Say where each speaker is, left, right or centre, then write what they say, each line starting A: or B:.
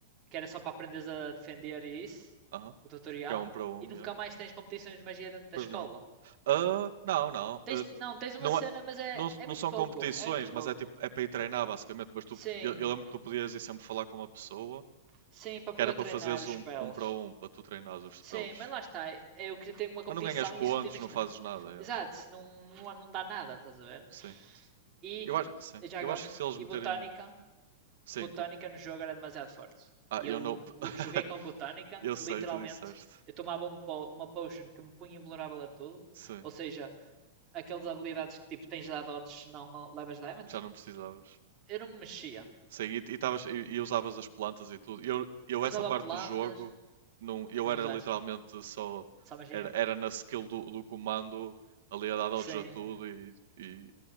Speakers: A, on the right; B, on the right.
A: que era só para aprenderes a defender e isso,
B: Aham,
A: o tutorial,
B: que é um para um,
A: e nunca
B: yeah.
A: mais tens competições de magia dentro da
B: Pois
A: escola.
B: não. Ah, não, não.
A: Tens,
B: ah,
A: não, tens uma
B: não,
A: cena,
B: é,
A: mas é,
B: não.
A: é
B: Não
A: muito
B: são
A: pouco,
B: competições,
A: é muito pouco.
B: mas é tipo, é para ir treinar basicamente. Mas tu,
A: Sim,
B: eu, eu lembro que tu podias ir sempre falar com uma pessoa
A: sim, para
B: que
A: poder
B: era para
A: treinar
B: fazeres
A: os
B: um,
A: spells.
B: um para um, para tu treinares os spells.
A: Sim, mas lá está, eu queria ter uma competição
B: Mas não ganhas pontos,
A: e isso, te imagina.
B: não fazes nada. eu-
A: Exato, não, não, não dá nada, estás a ver?
B: Sim.
A: E,
B: Eu acho, sim.
A: já
B: Eu
A: agora,
B: acho que se eles
A: e
B: meterem.
A: botânica,
B: Sim.
A: botânica
B: que-
A: no jogo era demasiado forte.
B: Ah,
A: Eu
B: eu não. <laughs>
A: joguei com botânica,
B: Eu sei,
A: literalmente,
B: tu disseste.
A: eu tomava um po uma potion que me punha invulnerável a tudo,
B: Sim.
A: ou seja, aquelas habilidades que tipo tens dado odds se não levas damage.
B: Já não precisavas.
A: Eu não me mexia.
B: Sim, e, e, tavas- e- e usavas as plantas e tudo. Eu, eu essa
A: Usava
B: parte
A: plantas,
B: do jogo, não, eu
A: não
B: era
A: usaste?
B: literalmente só.
A: Só magia?
B: Era, era na skill do, do comando, ali a dar dodge
A: Sim.
B: a tudo e, e